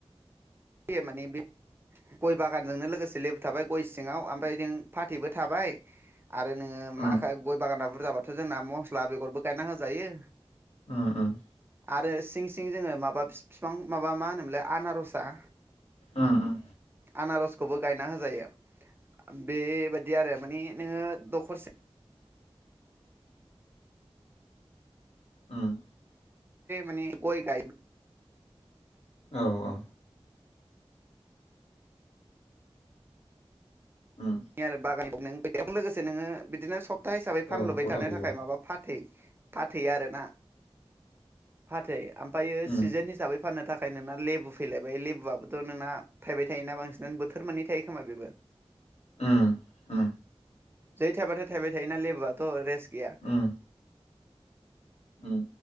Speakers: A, on the right (about 20°); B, on the left (about 85°).
A: बे माने बे गय बागानजोंनो लोगोसे लेबु थाबाय गय सिङाव ओमफ्राय नों फाथैबो थाबाय। आरो नोङो मा
B: उम
A: गय बागाना बुरजाबाथ जोंना मस्ला बेगरबो गायना होजायो।
B: उम उम
A: आरो सिं सिं जोङो माबा बिफां माबा मा होनोमोनलाय आनारसा।
B: उम उम
A: आनारसखौबो गायना होजायो बेबायाददि आरो माने नोङो दखरसे
B: उम
A: मानि ग
B: औ औ <inaudible>
A: नि आरो बागानएफाव नों बेजों लोगोसे नोङो बिदिनो सप्ता हिसाबै फानलुबाय
B: औ गथाफैयो
A: थानो थाखाय माबा। फाथै फाथै आरोना फाथै ओमफायो
B: उम
A: सिजोन हिसाबै। फाननो थाखाय नोंना लेबु फैलायबाय लेबुआबोथ' नोंना थाइबाय थायोना बांसिनानो बोथोर मोननै थायो खोमा बेबो।
B: उम उ।
A: जै थायाबाथाय थायबाय थायोना लेबुआथ' रेस्ट गैया।
B: उम उम